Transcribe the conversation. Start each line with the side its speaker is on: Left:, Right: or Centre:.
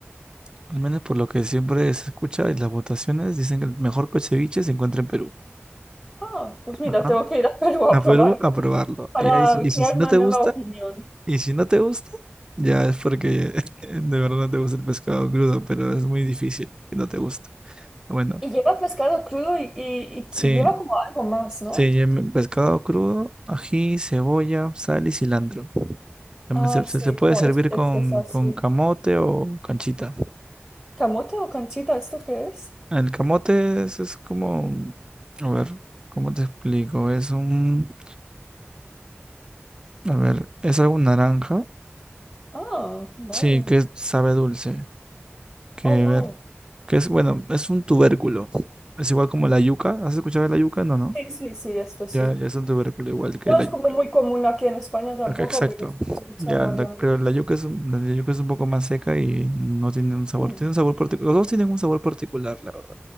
Right: Al menos por lo que siempre se escucha en las votaciones, dicen que el mejor pe- ceviche se encuentra en Perú.
Left: Ah, pues mira,
Right: Ajá.
Left: tengo que ir a Perú a
Right: A
Left: probarlo
Right: Perú a probarlo.
Left: para
Right: Y ahí, si- y
Left: crear
Right: si si
Left: una
Right: no te
Left: nueva
Right: gusta,
Left: opinión.
Right: Y si no te gusta, ya es porque <laughs> de verdad no te gusta el pescado crudo, pero es muy difícil que no te guste. Bueno,
Left: Y lleva pescado crudo y, y-
Right: sí,
Left: y- y lleva como algo más, ¿no?
Right: sí, ya me- pescado crudo, ají, cebolla, sal y cilantro. También
Left: Ah,
Right: se, se-
Left: sí,
Right: se puede
Left: como
Right: servir
Left: especies
Right: con,
Left: así.
Right: con camote o canchita.
Left: ¿Camote o canchita? ¿Esto qué es?
Right: El camote es, es como, a ver, ¿cómo te explico? Es un, a ver, es algo naranja,
Left: Ah, vale.
Right: sí, que sabe a dulce, que
Left: Oh, wow.
Right: que es, bueno, es un tubérculo. Es igual como la yuca. ¿Has escuchado de la yuca? No, no.
Left: Sí, sí, sí, esto sí.
Right: Ya, ya es un tubérculo igual que
Left: No
Right: la
Left: es
Right: yuca.
Left: como muy común aquí en España tampoco,
Right: Acá exacto.
Left: pero sí he escuchado
Right: Ya, la-
Left: hablar.
Right: pero la yuca es, un- la yuca es un poco más seca y no tiene un sabor.
Left: Hmm,
Right: Tiene un sabor particular. Los dos tienen un sabor particular, la verdad.